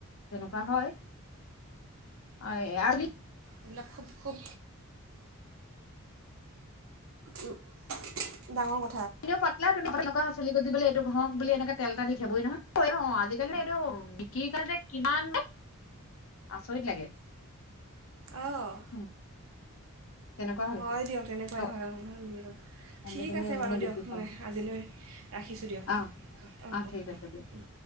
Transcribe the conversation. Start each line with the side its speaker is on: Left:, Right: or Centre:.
Left: তেনেকুৱা হয়, হয় <unintelligible>
Right: এইবিলাক খুব খুব উম, ডাঙৰ ক
Left: এনেও পাতলা <unintelligible> হৈছে। চুলি গজিবলৈ এইটো ঘঁহক বুলি এনেকে তেল এটা দি থ'বই নহয়, অ', আজিকালি এইটো বিক্ৰী কাৰণে কিমান আচৰিত লাগে।
Right: অ'।
Left: উম, তেনেকুৱা হৈছে
Right: হয় দিয়ক তেনেকুৱাই
Left: ত
Right: হয়, অ', দিয়ক
Left: আজিকালি
Right: ঠিক আছে
Left: মানে
Right: বাৰু দিয়ক,
Left: বিক্ৰী
Right: মই
Left: কাৰণে
Right: আজিলৈ ৰাখিছোঁ দিয়ক,
Left: অ
Right: অ', অ',
Left: ঠিক
Right: দিয়ক।
Left: আছে দিয়া